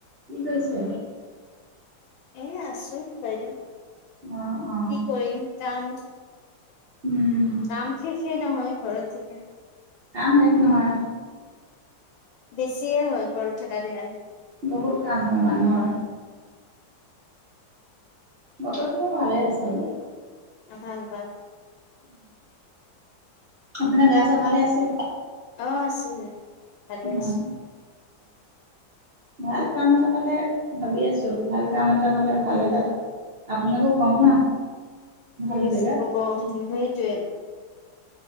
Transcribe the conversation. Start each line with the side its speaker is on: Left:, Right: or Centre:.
Right: কি কৈছে!
Left: এ আছুন বাইদেউ।
Right: অ', অ',
Left: কি কৰিম কাম।
Right: উম,
Left: নাম শেষেই নহয় ঘৰত থাকে।
Right: কাম শেষ নহয়।
Left: বেছিয়ে হয় ঘৰত। থাকা দিয়া।
Right: বহুত কাম হয় মানুহৰ। বতৰটো ভালে আছে আজি।
Left: অ ভাল ভাল।
Right: আপোনাৰ গা চা ভালে আছে?
Left: আছে। ভালে
Right: অ',
Left: আছে।
Right: ভাল কাম এটা পালে ভাবি আছো ভাল কাম এটা পালে ভাল এটা আপোনাকো কম হা।
Left: ঠিক
Right: ভাল
Left: আছে
Right: জেগাত।
Left: কাব মোৰো সেইটোৱেই।